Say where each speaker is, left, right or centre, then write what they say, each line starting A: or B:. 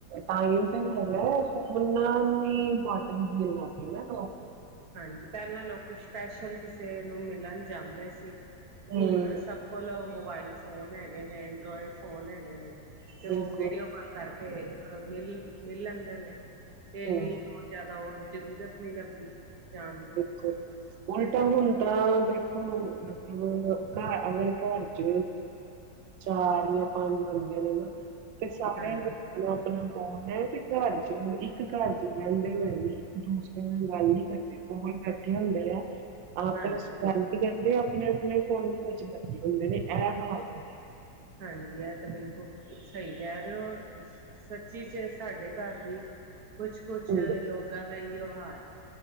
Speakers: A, on the right; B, on the right.
A: ਟਾਈਮ ਤੇ ਹੈਗਾ ਫੋ ਨੂੰ ਹੀ <unintelligible> ਲਾਗੇ ਨਾ ਲੋਕ।
B: ਹਾਂਜੀ, ਪਹਿਲਾਂ ਲੋਕੀ ਸਪੈਸ਼ਲ ਕਿਸੇ ਨੂੰ ਮਿਲਣ ਜਾਂਦੇ ਸੀ।
A: ਹੂੰ,
B: ਹੁਣ, ਸਭ ਕੋਲ ਮੋਬਾਇਲ ਫੋਨ ਹੈਗੇ ਨੇ ਐਂਡਰੋਇਡ ਫੋਨ ਹੈਗੇ ਨੇ ਤੇ
A: ਬਿਲਕੁਲ
B: ਉਹ ਵੀਡੀਓ ਕਾਲ ਕਰਕੇ ਮਿਲ, ਮਿਲ ਲੈਂਦੇ ਨੇ ਤੇ ਇੰਨੀ
A: ਹੂੰ,
B: ਜ਼ਿਆਦਾ ਉਹ ਜ਼ਰੂਰਤ ਨਹੀਂ ਲੱਗਦੀ, ਜਾਣ ਦੀ
A: ਕੋ ਨੀ। ਉਲਟਾ ਹੁਣ ਤਾਂ, ਦੇਖੋ ਮਤਲਬ ਘਰ ਅਗਰ ਘਰ ਚ ਚਾਰ ਜਾਂ ਪੰਜ ਬੰਦੇ ਨੇ ਨਾ ਤੇ ਸਾਰਿਆਂ
B: ਹਾਂਜੀ।
A: ਨੂੰ ਆਪਣਾ ਫੋਨ ਹੈ ਤੇ, ਘਰ ਚ ਇੱਕ ਘਰ ਚ ਰਹਿੰਦੇ ਹੋਏ ਵੀ, ਇੱਕ ਦੂਸਰੇ ਨਾਲ ਗੱਲ ਨਹੀਂ ਕਰਦੇ ਕੋਲ ਬੈਠੇ ਹੁੰਦੇ ਆ ਆਪਸ
B: ਹਾਂਜੀ
A: ਆਪਣੇ ਆਪਣੇ ਫੋਨਾਂ ਵਿੱਚ ਲਗੇ ਹੁੰਦੇ ਨੇ ਇਹ ਹਾਲ ਹੋਆ
B: ਹਾਂਜੀ, ਇਹ ਤਾਂ, ਬਿਲਕੁਲ ਸਹੀ ਕਹਿ ਰਹੇ ਹੋ ਸੱਚੀ ਚ ਸਾਡੇ ਘਰ ਦੀ ਕੁਛ -ਕੁਛ
A: ਹੂੰ,
B: ਲੋਕਾਂ ਦਾ ਹੀ ਉਹ ਹਾਲ ਹੈ